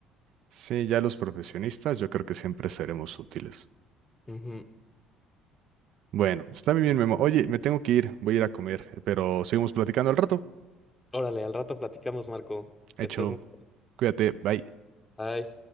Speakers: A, on the right; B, on the left.
A: Sí, ya los profesionistas, yo creo que siempre seremos útiles.
B: Ujú.
A: Bueno, está muy bien, Memo. Oye, me tengo que ir, voy a ir a comer, pero seguimos platicando al rato.
B: Órale, al rato platicamos, Marco.
A: Hecho,
B: Que estés muy... bien.
A: cuídate, bye.
B: Bye.